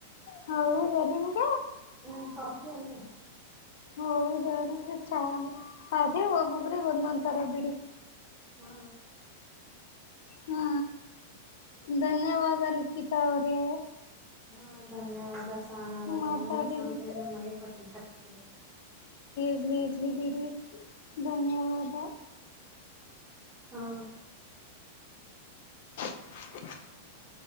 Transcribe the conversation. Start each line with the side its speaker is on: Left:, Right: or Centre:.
Left: ಹೌದ ನಿಮಗೆ
Centre: ನಂಗ್ ಕಾಫಿ ಅಂದ್ರ ಇಷ್ಟ
Left: ಹೌದ ನಂಗ್ ಚಾನೆ ಅದೇ ಒಬ್ಬೊಬ್ರಿಗ್ ಒಂದೊಂದ್ ತರ ಬಿಡಿ
Centre: ಹಾ
Left: ಹಾ ಧನ್ಯವಾದ ಲಿಖಿತ ಅವ್ರೇ
Centre: ಹಾ ಧನ್ಯವಾದ ತಾನ ಅವ್ರೇ
Left: ಮಾತಾಡಿದಕ್ಕೆ
Centre: ನಿನ್ನ ಸಮಯ ನಮಗೆ ಕೊಟ್ಟಿದ್ದಕ್ಕೆ
Left: ಇ್ಜ್ ಬಿಿ ಧನ್ಯವಾದಾಗ
Centre: ಹಾ
Left: <unintelligible>